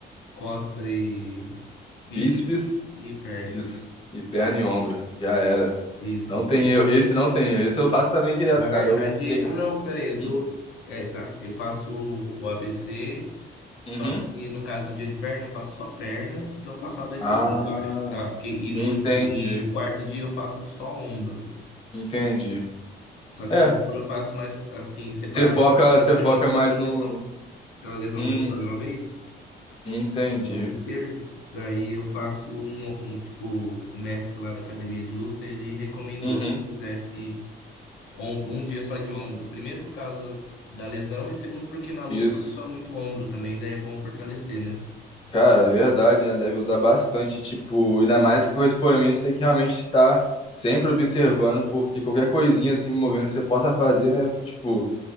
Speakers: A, on the left; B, on the left.
A: costa e bíceps
B: Bíceps,
A: e perna.
B: isso. E perna e ombro. Já era.
A: Isso,
B: Não tem erro. Esse não tem erro. Esse eu faço também direto,
A: Na verdade,
B: cara. Eu peguei.
A: ah não, peraí, eu tô.
B: Hum,
A: É, tá. Eu faço o o ABC, só
B: Uhum.
A: que no caso do dia de perna, eu faço só perna, então eu faço o ABCD,
B: Ah,
A: eu acho. Sei lá, porque e, no,
B: entendi.
A: e o quarto dia eu faço só ombro.
B: Entendi.
A: Só que
B: É.
A: o ombro eu faço mais assim, separado,
B: Você foca,
A: faço um dia
B: você
A: só
B: foca
A: de ombro por
B: mais
A: causa da lesão.
B: no.
A: Aquela lesão
B: hum,
A: que eu te falei uma vez,
B: Entendi.
A: no ombro esquerdo. Daí eu faço um, um tipo, o mestre lá da academia de luta, ele recomendou
B: Uhum.
A: que eu fizesse. Ombro, um dia só de ombro. Primeiro por causa da lesão e segundo porque na luta
B: Isso.
A: luta muito ombro também, daí é bom fortalecer, né?
B: Cara, é verdade, né? Deve usar bastante. Tipo, ainda mais que o expoente tem que realmente estar sempre observando, porque qualquer coisinha assim movendo você possa fazer, né? Tipo,